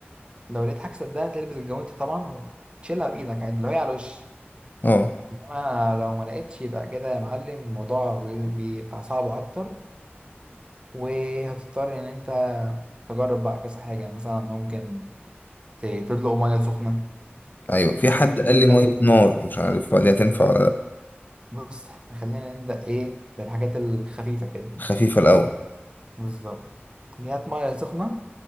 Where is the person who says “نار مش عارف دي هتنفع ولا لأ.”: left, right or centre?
Left